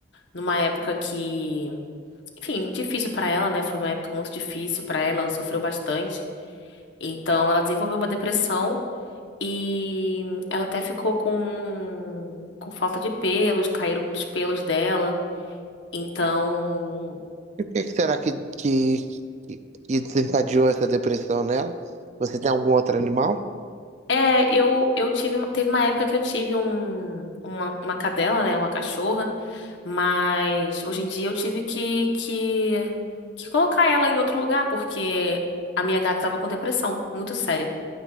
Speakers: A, on the left (about 70°); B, on the right (about 35°).
A: numa época que, enfim, difícil pra ela, né? Foi uma época muito difícil pra ela, ela sofreu bastante. Então, ela desenvolveu uma depressão e ela até ficou com, com falta de pelos, caíram muitos pelos dela. Então,
B: E o que que será que, que, que que desencadeou essa depressão nela? Você tem algum outro animal?
A: é, eu, eu tive, uma- teve uma época que eu tive um, uma, uma cadela, né? Uma cachorra. Mas hoje em dia eu tive que, que, que colocar ela em outro lugar, porque a minha gata estava com depressão, muito séria.